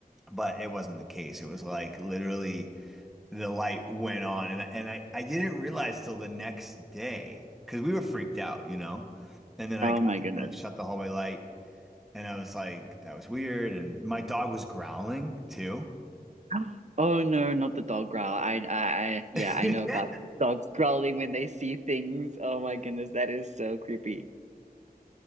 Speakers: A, in the centre; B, on the right.
A: But it wasn't the case. It was like literally the light went on and and I, I didn't realize till the next day because we were freaked out, you know. And then I
B: Oh
A: got
B: my
A: up
B: goodness.
A: and I shut the hallway light and I was like, that was weird. And my dog was growling too.
B: <gasps> Oh no, not the dog growl. I, I, I, yeah,
A: <laughs>
B: I know about dogs growling when they see things. Oh my goodness, that is so creepy.